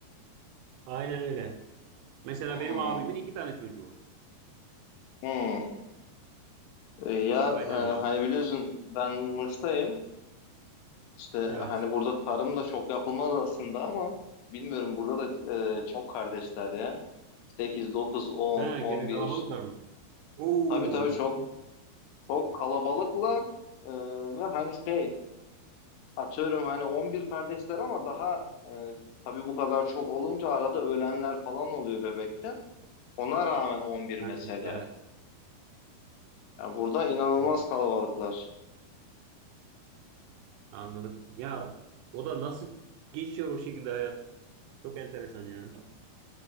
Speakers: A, on the right (about 90°); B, on the left (about 85°).
A: Aynen öyle. Mesela
B: Hı
A: benim abimin iki tane çocuğu var.
B: hı. E, ya
A: Aynen
B: e, hani
A: öyle.
B: biliyorsun ben Mısır'dayım. İşte hani
A: Evet.
B: burada tarım da çok yapılmaz aslında ama bilmiyorum burada da e, çok kardeşler ya. sekiz dokuz on
A: Ha,
B: on
A: gene
B: bir
A: kalabalıklar mı? Oo.
B: Tabii tabii çok
A: <laughs>
B: çok kalabalıklar E, ve hani şey atıyorum hani 11 kardeşler ama daha e, tabii bu kadar çok olunca arada ölenler falan oluyor bebekte. Ona rağmen 11 mesela.
A: Ha, Evet.
B: Yani burada inanılmaz
A: Oo.
B: kalabalıklar.
A: Anladım. Ya o da nasıl geçiyor o şekilde hayat? Çok enteresan yani.